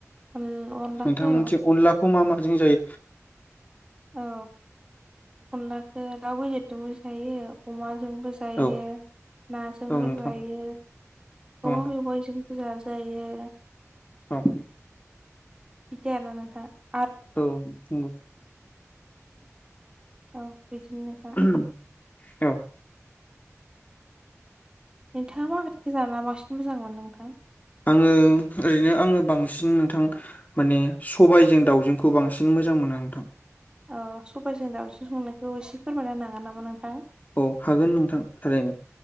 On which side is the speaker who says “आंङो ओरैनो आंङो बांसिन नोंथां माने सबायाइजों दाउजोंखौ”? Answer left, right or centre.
Left